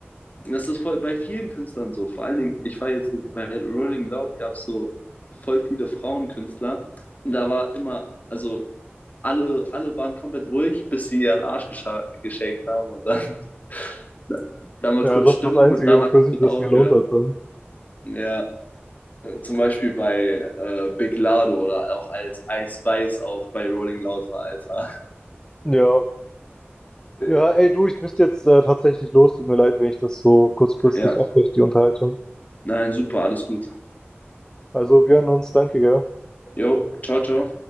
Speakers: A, on the left (about 40°); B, on the left (about 20°).
A: das ist voll bei vielen Künstlern so. Vor allen Dingen, ich war jetzt so, bei Rolling Loud, gab es so voll viele Frauenkünstler. Und da war immer, also alle, alle waren komplett ruhig, bis sie ihren Arsch geschenkt haben und dann, <laughs> dann mal
B: Ja,
A: kurz
B: das
A: Stimmung
B: ist das Einzige,
A: und danach
B: wofür sich
A: wieder
B: das
A: aufgehört.
B: gelohnt hat dann.
A: Ja, äh, zum Beispiel bei äh, Big Lardo oder auch als Ice Spice auf bei Rolling Loud war, Alter. <laughs>
B: Ja.
A: Ja.
B: Ja, ey, du, ich müsste jetzt äh, tatsächlich los. Tut mir leid, wenn ich das so kurzfristig
A: Ja,
B: abbreche, die Unterhaltung.
A: nein, super, alles gut.
B: Also, wir hören uns. Danke, gell?
A: Jo, ciao, ciao.